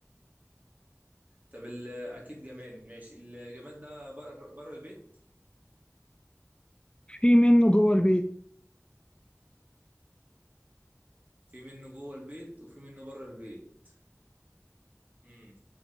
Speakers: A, on the right; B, on the left.
A: طب ال- اكيد جماد ماشي الجماد ده بره بره البيت
B: في منه جوه البيت
A: في منه جوه البيت وفي منه بره البيت امم